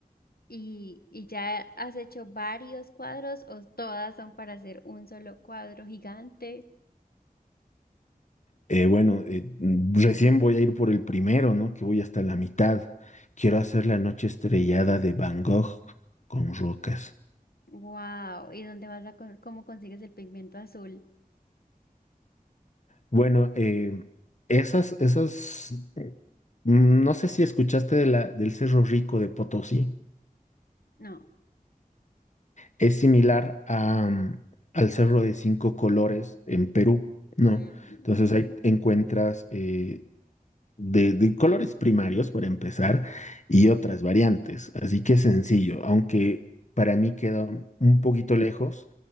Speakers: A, on the left (about 85°); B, on the left (about 50°).
A: ¿Y, y ya has hecho varios cuadros o todas son para hacer un solo cuadro gigante?
B: Eh, bueno, eh, mm, recién voy a ir por el primero, ¿no? Que voy hasta la mitad. Quiero hacer la noche estrellada de Van Gogh con rocas.
A: Wow. ¿Y dónde vas a con- cómo consigues el pigmento azul?
B: Bueno, eh, esas, esas, mm, no sé si escuchaste de la, del Cerro Rico de Potosí.
A: No.
B: Es similar a, mm, al Cerro de Cinco Colores en Perú, ¿no?
A: Mm,
B: Entonces
A: ok.
B: ahí encuentras eh, de, de colores primarios, para empezar, y otras variantes. Así que es sencillo, aunque para mí queda un poquito lejos,